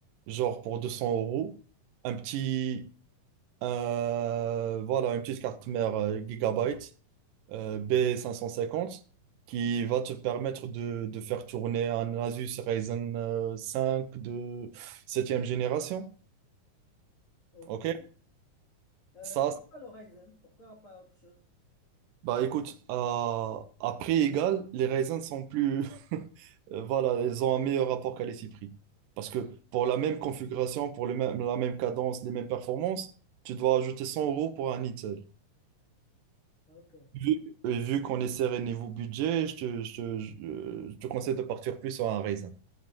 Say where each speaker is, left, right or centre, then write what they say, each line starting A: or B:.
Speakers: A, on the right (about 80°); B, on the left (about 25°).
A: genre pour 200 euros, un petit, euh, voilà, une petite carte mère euh, Gigabyte euh, b cinq cent cinquante qui va te permettre de, de faire tourner un Asus Ryzen euh, 5 de septième génération.
B: ok.
A: OK?
B: Euh,
A: Ça,
B: pourquoi l'Horizon? Pourquoi pas autre chose?
A: Bah écoute, à, à prix égal, les raisins sont plus... <laughs> euh, Voilà, ils ont un meilleur rapport qualité-prix. Parce que pour la même configuration, pour le même- la même cadence, les mêmes performances, tu dois ajouter 100 euros pour un Eatel.
B: Ok,
A: Vu, et vu qu'on est serré niveau budget, je te, je te- je- je te conseille de partir plus sur un raisin.